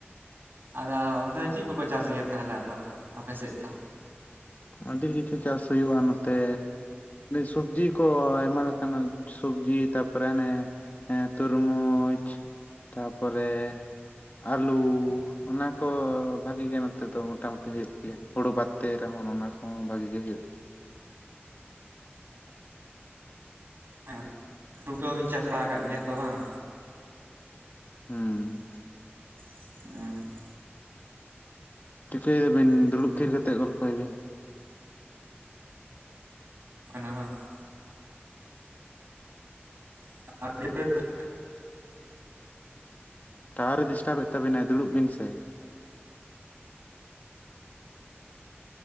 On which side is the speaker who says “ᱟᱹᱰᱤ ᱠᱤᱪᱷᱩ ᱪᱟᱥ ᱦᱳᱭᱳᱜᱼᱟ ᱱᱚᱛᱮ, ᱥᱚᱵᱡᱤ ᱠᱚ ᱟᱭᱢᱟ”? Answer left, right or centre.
Left